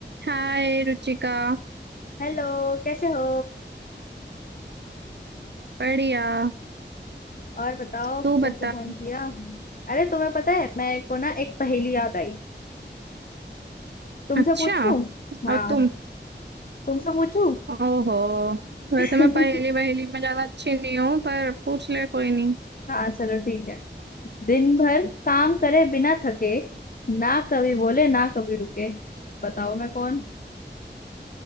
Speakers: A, on the right (about 65°); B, on the left (about 50°).
A: हाय रुचिका
B: Hello कैसे हो
A: बढ़िया
B: और बताओ
A: तू
B: कैसे
A: बता
B: फोन किया अरे तुम्हें पता है मेरे को ना एक पहेली याद आई तुमसे
A: अच्छा
B: पूछूं हाँ
A: और तुम
B: तुमसे पूछूं
A: ओहो वैसे
B: <laughs>
A: मैं पहेली वहेली में ज्यादा अच्छी नहीं हूँ पर पूछ ले कोई नहीं
B: हाँ चलो ठीक है दिन भर काम करे बिना थके ना कभी बोले ना कभी रुके बताओ मैं कौन